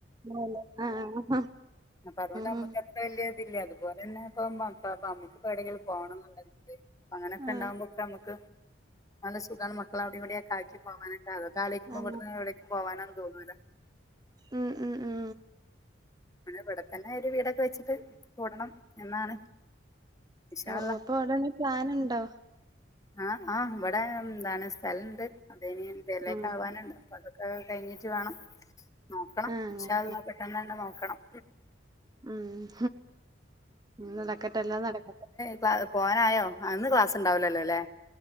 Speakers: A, on the right; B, on the left.
A: ആ ഉം
B: അപ്പതോണ്ട് നമ്മക്ക്
A: ഉം
B: എൻ വല്ല്യ ഇതില്ല അതുപോലെന്നെ ഇപ്പം മക്ക നമക്ക് എവിടെകിലും പോണന്ന്ണ്ടകിൽ അങ്ങനെയൊക്കെ
A: ആ
B: ഇണ്ടാവുമ്പോക്കെ നമ്മക്ക് നല്ല സുഖാണ് മക്കളെ അവിടിം ഇവിടെക്കെ ആക്കി പോകാനൊക്കെ. പിന്നെ അതൊ ആലോയിക്കുമ്പം
A: ആ
B: ഇവട്ന്ന് എവിടേക്കും പോകാനൊന്നും തോന്നൂല.
A: ഉം ഉം ഉം
B: അങ്ങനെ ഇവടെ തന്നെ ഒരു വീടൊക്കെ വെച്ചിട്ട് കൂടണം എന്നാണ് വിശാല
A: ഓഹ് ഓഹ് അപ്പൊ അതാണി പ്ലാനിണ്ടോ?
B: ആഹ് ആഹ് ഇവിടെ എന്താണ് സ്ഥലണ്ട്. അതിനി പേരിലേക്കാവാന്ണ്ട്.
A: ആ
B: പ്പം അതൊക്കെ കഴിഞ്ഞിട്ട് വേണം നോക്കണം
A: ആ അങ്ങനെ
B: ഇൻഷാ അള്ളാഹ് പെട്ടെന്നന്നെ നോക്കണം.
A: ഉം നടക്കട്ടെ എല്ലാം നടക്കട്ടെ.
B: <unintelligible> പോകാനായോ ആ ഇന്ന് ക്ലാസ് ഇണ്ടാവൂല്ലല്ലോല്ലേ